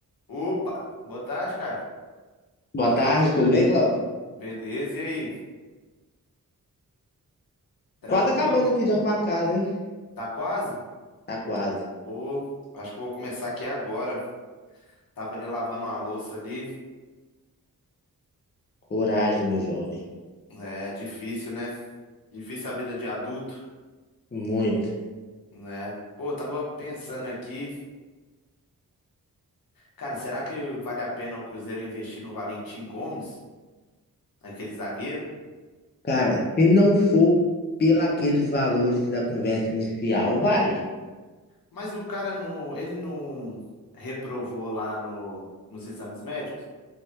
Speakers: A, on the left; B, on the left.
A: Opa, boa tarde, Caio.
B: Boa tarde, tudo bem, Glauco?
A: Beleza, e aí? Tranquilo?
B: Quase acabando aqui de arrumar a casa, hein?
A: Tá quase?
B: Tá quase.
A: Pô, acho que eu vou começar aqui agora. Tava ali lavando uma louça ali.
B: Coragem, meu jovem.
A: É difícil, né? Difícil a vida de adulto,
B: Muito.
A: né? Pô, eu tava pensando aqui, cara, será que vale a pena o Cruzeiro investir no Valentim Gomes, aquele zagueiro?
B: Cara, se não for pelaqueles valores da conversa inicial, vale.
A: Mas o cara não, ele não reprovou lá no, nos exames médicos?